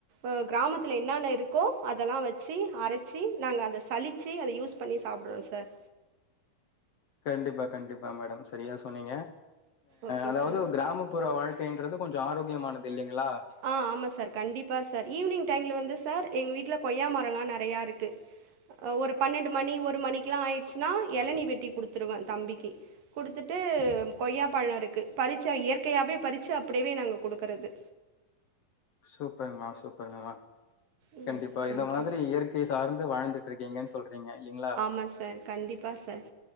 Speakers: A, on the right (about 70°); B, on the left (about 60°).
A: அ கிராமத்தில என்னென்ன இருக்கோ அதெல்லா வச்சு அரச்சி நாங்க அத கழிச்சு அதை யூஸ் பண்ணி சாப்ட்றோம் சார்
B: கண்டிப்பா கண்டிப்பா மேடம் சரியா சொன்னீங்க
A: ஓகே
B: அதாவது
A: சார்
B: கிராம ப்புற வாழ்கைன்றது கொஞ்சோ ஆரோக்கியமானது இல்லைங்களா
A: ஆ ஆமா சார் கண்டிப்பா சார் ஈவ்னிங் டைம்ல வந்து சார் எங்க வீட்ல கொய்யா மரம் எல்லாம் நெறையா இருக்கு ஒரு பன்னண்டு மணி ஒரு மணிக்லா ஆயிடுச்சுன்னா எளநீ வெட்டி கொடுத்துருவேன் தம்பிக்கு குடுத்துட்டு கொய்யா பழம் இருக்கு பறிச்சா இயற்கையாகவே பறிச்சி அப்டியவே நாங்க குடுக்கறது
B: சூப்பர்மா சூப்பர்ங்கமா
A: ம்
B: கண்டிப்பா
A: தேங்க்யூ
B: இந்த மாதிரி இயற்கை சார்ந்து வாழ்ந்துட்டு இருக்கீங்கன்னு சொல்றீங்க இல்லீங்களா
A: ஆமா சார் கண் ண்டிப்பா சார்